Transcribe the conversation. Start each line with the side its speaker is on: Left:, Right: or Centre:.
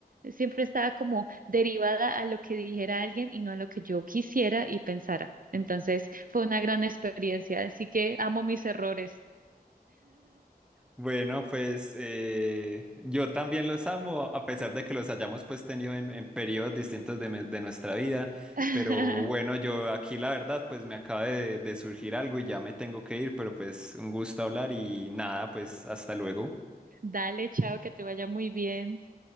Right: Siempre estaba como derivada a lo que dijera alguien y no a lo que yo quisiera y pensara. Entonces fue una gran experiencia, así que amo mis errores.
Centre: Bueno, pues eh, yo también los amo, a pesar de que los hayamos pues tenido en, en periodos distintos de, me- de nuestra vida.
Right: <laughs>
Centre: Pero bueno, yo aquí la verdad pues me acaba de, de surgir algo y ya me tengo que ir, pero pues un gusto hablar y nada, pues hasta luego.
Right: Dale, chao, que te vaya muy bien.